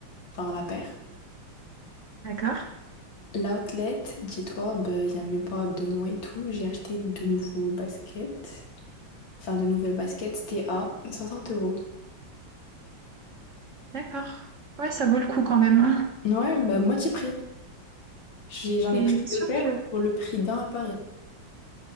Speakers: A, on the left; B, on the right.
A: enfin, la paire.
B: D'accord,
A: L'outlet, dis-toi, ben, il y a même pas deux mois et tout, j'ai acheté de nouveaux baskets. Enfin, de nouvelles baskets, c'était à 60 euros.
B: d'accord. Ouais, ça vaut le coup quand même. hein.
A: Ouais, bah moitié prix. J'ai- J'en
B: C'est
A: ai pris
B: c'est sûr
A: deux paires
B: que...
A: pour le prix d'un à Paris.